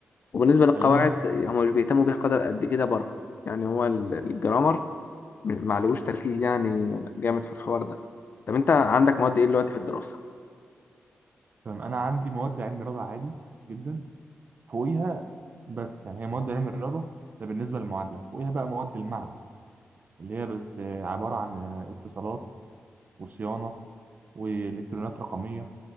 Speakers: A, on the left (about 45°); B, on the right (about 40°).
A: وبالنسبة للقواعد
B: اللي هي مثلا
A: هم مش بيهتموا بيها قدر قد كده بره يعني هو ال- الجرامر م- معلوش تركيز يعني جامد في الحوار ده طب انت عندك مواد ايه دلوقتي في الدراسة؟
B: تمام، انا عندي مواد علم رياضه عادي جدا فوقيها بس يعني هي مواد علم الرياضه ده بالنسبه للمعادله فوقيها بقى مواد المعهد اللي هي بس آه، عباره عن آه، اتصالات وصيانه والكترونيات رقميه